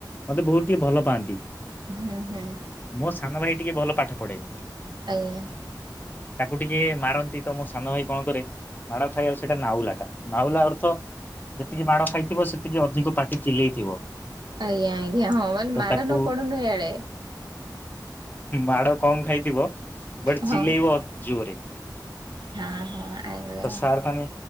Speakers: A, on the left; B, on the right.
A: ମତେ ବୋହୁତ ଟିକେ ଭଲ ପାଆନ୍ତି।
B: ହୁଁ ହୁଁ।
A: ମୋ ସାନ ଭାଇ ଟିକେ ଭଲ ପାଠ ପଢେନି
B: ଆଜ୍ଞା।
A: ତାକୁ ଟିକେ ମାର ନ୍ତି ତ ମୋ ସାନ ଭାଇ କଣ କରେ ମାଡ଼ ଖାଇ ଆଉ ସେଟା ନାହୁଲାଟା ନାହୁଲା ଅର୍ଥ ତିକି ମାଡ଼ ଖାଇଥିବ ସେତିକି ଅଧିକ ପାଟି ଚିଲେଇଥିବ
B: ଆଜ୍ଞା ଆଜ୍ଞା ହଁ ମାନେ
A: ତ
B: ମାଡ଼
A: ତାକୁ
B: ନ ପଡୁନୁ ଇଆଡେ
A: ମାଡ କମ ଖାଇଥିବ ବଟ
B: ହଁ
A: ଚିଲେଇବ ଜୋରେ।
B: ହଁ ହଁ ଆଜ୍ଞା।
A: ତ ସାର୍ ମାନେ